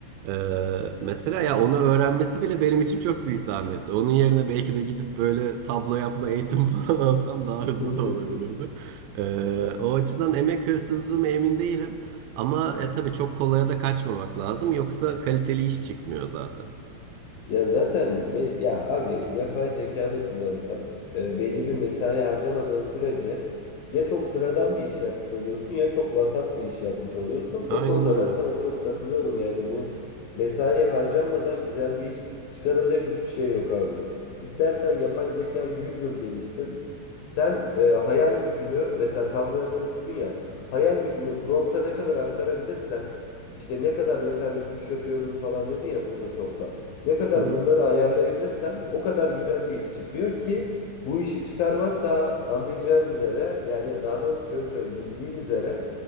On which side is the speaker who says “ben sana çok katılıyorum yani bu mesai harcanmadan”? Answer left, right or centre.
Left